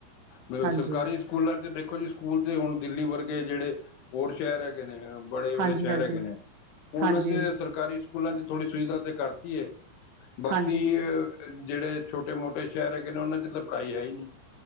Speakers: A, on the left; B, on the right.
A: ਮੈਨੂੰ,
B: ਹਾਂਜੀ,
A: ਸਰਕਾਰੀ ਸਕੂਲਾਂ ਤੇ ਦੇਖੋ ਜੀ? ਸਕੂਲ ਤੇ ਹੁਣ ਦਿੱਲੀ ਵਰਗੇ, ਜਿਹੜੇ ਹੋਰ ਸ਼ਹਿਰ ਹੈਗੇ ਨੇ, ਬੜੇ-ਬੜੇ
B: ਹਾਂਜੀ-ਹਾਂਜੀ,
A: ਸ਼ਹਿਰ ਹੈਗੇ ਨੇ ਉਹਨਾਂ
B: ਹਾਂਜੀ, ਹਾਂਜੀ।
A: ਅੱਗੇ ਸਰਕਾਰੀ ਸਕੂਲਾਂ ਚ ਥੋੜ੍ਹੀ ਸੁਵਿਧਾ ਤੇ ਕਰਤੀ ਏ, ਬਾਕੀ
B: ਹਾਂਜੀ
A: ਜਿਹੜੇ ਛੋਟੇ-ਮੋਟੇ ਸ਼ਹਿਰ ਹੈਗੇ ਨੇ, ਉਹਨਾਂ ਚ ਤਾਂ ਪੜ੍ਹਾਈ ਹੈ ਹੀ ਨੀ!